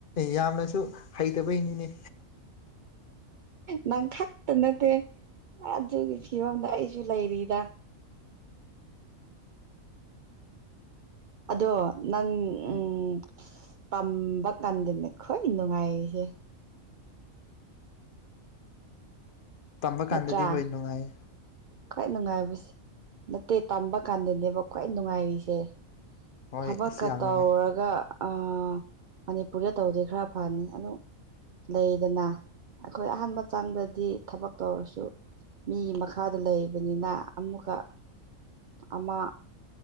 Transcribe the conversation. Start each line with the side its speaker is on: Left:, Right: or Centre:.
Left: ꯌꯥꯝꯅꯁꯨ ꯍꯩꯇꯕꯩ ꯅꯤꯅꯦ
Right: ꯅꯪ ꯈꯛꯇ ꯅꯠꯇꯦ ꯑꯗꯨꯒꯤ ꯐꯤꯕꯝꯗ ꯑꯩꯁꯨ ꯂꯩꯔꯤꯗ ꯑꯗꯣ ꯅꯪ
Left: ꯎꯝ
Right: ꯎꯝ ꯇꯝꯕ ꯀꯥꯟꯗꯅꯦ ꯈꯋ꯭ꯥꯏ ꯅꯨꯉꯥꯏꯔꯤꯁꯦ
Left: ꯇꯝꯕ ꯀꯥꯟꯗꯗꯤ
Right: ꯅꯠꯇ꯭ꯔꯥ
Left: ꯍꯣꯏ ꯅꯨꯉꯥꯏ
Right: ꯈ꯭ꯋꯥꯏ ꯅꯨꯉꯥꯏꯕꯁꯦ ꯅꯠꯇꯦ ꯇꯝꯕ ꯀꯥꯟꯗꯅꯦꯕ ꯈ꯭ꯋꯥꯏ ꯅꯨꯉꯥꯏꯔꯤꯁꯦ
Left: ꯍꯣꯏ
Right: ꯊꯕꯛꯀ
Left: ꯑꯁ ꯌꯥꯝ
Right: ꯇꯧꯔꯒ
Left: ꯅꯨꯡꯉꯥꯏ
Right: ꯑꯥ ꯃꯅꯤꯄꯨꯔꯗ ꯇꯧꯔꯗꯤ ꯈꯔ ꯐꯅꯤ ꯑꯗꯨ ꯂꯩꯌ‌ꯦꯗꯅ ꯑꯈꯣꯏ ꯑꯍꯥꯟꯕ ꯆꯡꯕꯗꯤ ꯊꯕꯛ ꯇꯧꯔꯁꯨ ꯃꯤꯒꯤ ꯃꯈꯥꯗ ꯂꯩꯕꯅꯤꯅꯥ ꯑꯃꯨꯛꯀ ꯑꯃꯥ